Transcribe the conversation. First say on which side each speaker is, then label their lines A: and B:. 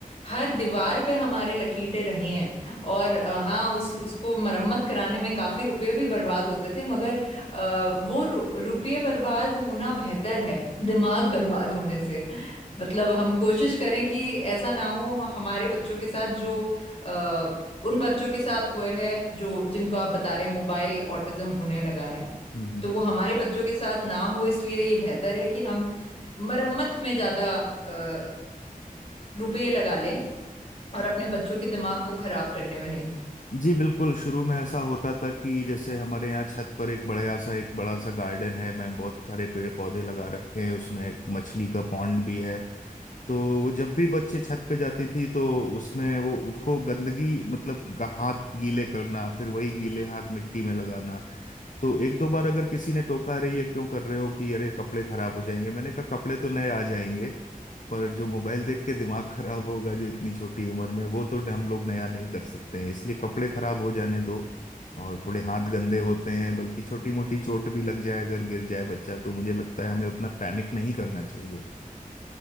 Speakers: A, on the left; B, on the left.
A: हर दीवार पे हमारे लकीरें रही हैं और अ, हाँ उस उसको मरम्मत कराने में काफी रुपए भी बर्बाद होते थे मगर अ, वो रु, रुपये बर्बाद होना बेहतर है दिमाग बर्बाद होने से मतलब हम कोशिश करें कि ऐसा ना हो ह- हमारे बच्चों के साथ जो अ, उन बच्चों के साथ हुए हैं जो जिनको आप बता रहे हैं मोबाइल ऑटिज्म होने लगा है
B: हम्म।
A: तो वो हमारे बच्चों के साथ ना हो इसलिए ये बेहतर है कि हम मरम्मत में ज्यादा अ, रुपये लगा लें और अपने बच्चों के दिमाग को खराब करने में नहीं
B: जी बिल्कुल शुरू में ऐसा होता था कि जैसे हमारे यहाँ छत पर एक बड़ा सा एक बड़ा सा गार्डन है मैं बहुत सारे पेड़ पौधे लगा रखे हैं उसमें एक मछली का पॉन्ड भी है तो वो जब भी बच्चे छत पे जाती थी तो उसमें वो उसको गंदगी मतलब गा- हाथ गीले करना फिर वही गीले हाथ मिट्टी में लगाना तो एक दो बार अगर किसी ने टोका अरे ये क्यों कर रहे हो कि अरे कपड़े खराब हो जाएंगे मैंने कहा कपड़े तो नए आ जाएंगे पर जो मोबाइल देख के दिमाग खराब होगा जो इतनी छोटी उम्र में वो तो हम लोग नया नहीं कर सकते हैं इसलिए कपड़े खराब हो जाने दो और थोड़े हाथ गंदे होते हैं बल्कि छोटी मोटी चोट भी लग जाए अगर गिर जाए बच्चा तो मुझे लगता है हमें उतना पैनिक नहीं करना चाहिए